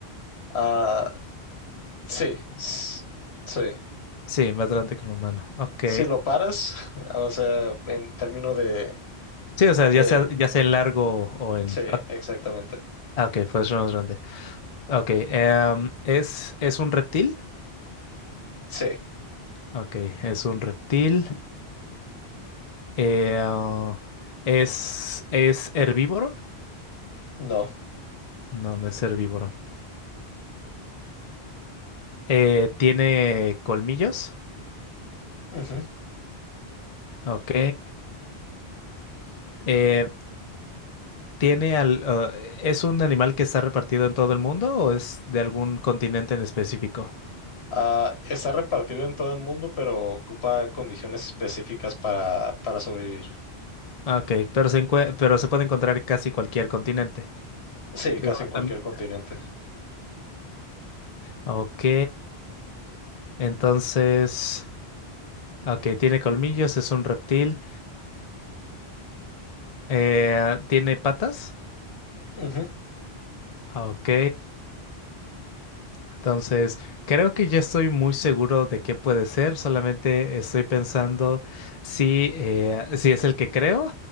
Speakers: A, on the left; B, on the left.
A: Ah, sí, s- sí.
B: Sí, más grande que un humano. Ok.
A: Si lo paras, <laughs> o sea, en términos de,
B: Sí, o sea,
A: de,
B: ya sea, ya sea en largo o en...
A: sí,
B: Ah,
A: exactamente.
B: ah, ok, pues más grande. Ok, em, ¿es, es un reptil?
A: Sí,
B: Ok, es un reptil. Eh, ah, ¿es, es herbívoro?
A: no.
B: No, no es herbívoro. Eh, ¿tiene colmillos?
A: Ujú.
B: Ok. Eh, ¿tiene al, ah, ¿es un animal que está repartido en todo el mundo o es de algún continente en específico?
A: Ah, está repartido en todo el mundo, pero ocupa condiciones específicas para, para sobrevivir.
B: Ok, pero se, encue- pero se puede encontrar en casi cualquier continente.
A: Sí,
B: Digo,
A: casi en cualquier
B: am-
A: continente.
B: Ok. Entonces, ok, tiene colmillos, es un reptil. eh, ¿tiene patas?
A: Ujú,
B: ah, Ok, entonces creo que ya estoy muy seguro de qué puede ser, solamente estoy pensando si, eh, si es el que creo,